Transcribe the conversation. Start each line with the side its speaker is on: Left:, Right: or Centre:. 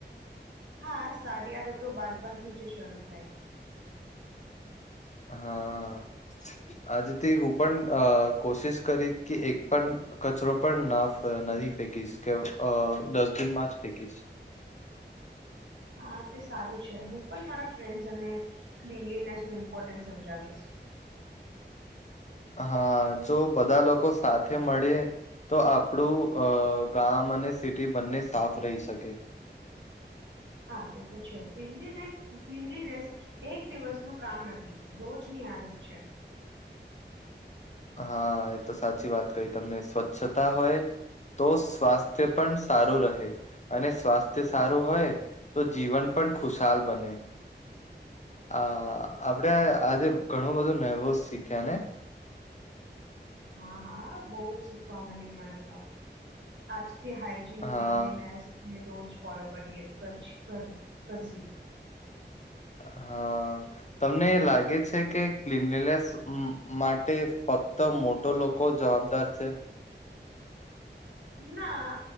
Right: હા સારી આદતો બાળપણ થી જ શરૂ થાય.
Left: હા આજથી હું પણ કોશિશ કરી કે એક પણ કચરો પણ ના નથી ફેંકીશ કે અ દસ દિનમાં જ ફેંકીશ.
Right: હા તે સારું છે હું પણ મારા ફ્રેન્ડસને ક્લીનલીનેસ નું ઇમ્પોર્ટન્સ સમજાવીશ.
Left: હા જો બધા લોકો સાથે મળે તો આપણું અ ગામ અને સિટી બંને સાફ રહી શકે.
Right: હા તે તો છે ક્રીનનેક ક્લીનીનેસ એક દિવસ નું કામ નથી રોજની આદત છે.
Left: હા એ તો સાચી વાત કહી તમને સ્વચ્છતા હોય. તો સ્વાસ્થ્ય પણ સારું રહે. અને સ્વાસ્થ્ય સારું હોય તો જીવન પણ ખુશાલ બને. અ આપડે આજે ઘણું બધું નવું શીખ્યા ને?
Right: હા હા બહું શીખવા મળ્યું મને તો આજથી હાય જિન
Left: હા
Right: ક્લીનલીનેસને રોજ ફોલો કરીએ કચ કર કરસી.
Left: હા. તમને લાગે છે, કે ક્લીનલીનેસ મ મ‌ માટે ફક્ત તો મોટો લોકો જવાબદાર છે.
Right: ના